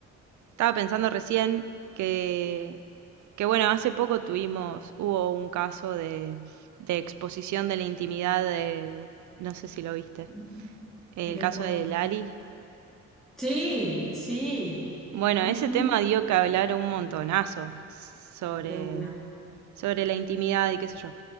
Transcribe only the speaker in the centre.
Ujú.
¿De
cuál?
Sí, sí.
Ujú,
De una.